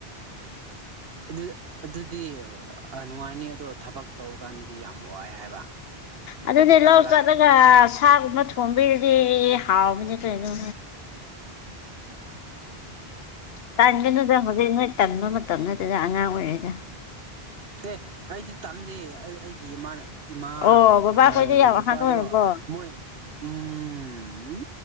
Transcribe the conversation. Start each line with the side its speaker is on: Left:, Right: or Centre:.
Right: ꯑꯗꯨ-ꯑꯗꯨ ꯑꯗꯨꯗꯤ ꯑ-ꯅꯨꯡꯉꯥꯏꯅꯤ ꯑꯗꯣ ꯊꯕꯛ ꯇꯧꯕ ꯀꯥꯟꯗꯗꯤ ꯌꯥꯝ ꯋꯥꯏ ꯍꯥꯏꯕ꯫
Left: ꯑꯗꯨꯅꯦ
Right: ꯇꯥꯕ꯭ꯔꯥ
Left: ꯂꯧ ꯆꯠꯂꯒ ꯁꯥꯒꯨꯝꯕ ꯊꯣꯡꯕꯤꯔꯗꯤ ꯍꯥꯎꯕꯅꯤ ꯀꯩꯅꯣ꯫ ꯇꯟꯒꯅꯨꯗ ꯍꯧꯖꯤꯛ ꯅꯣꯏ ꯇꯟꯕ ꯃꯇꯝ ꯅꯠꯇꯦꯗ ꯑꯉꯥꯡ ꯑꯣꯏꯔꯤꯗ꯫
Right: ꯑꯦ ꯑꯩꯗꯤ ꯇꯟꯗꯦ ꯑꯩ ꯑꯩꯒꯤ ꯏꯃꯥꯅ ꯏꯃꯥ
Left: ꯑꯣ ꯕꯕꯥꯈꯣꯏꯗꯤ
Right: ꯑ
Left: ꯌꯥꯝ
Right: ꯕꯄꯥꯗꯣ
Left: ꯑꯍꯟ ꯑꯣꯏꯔꯕꯣ
Right: ꯃꯣꯏ ꯎꯝ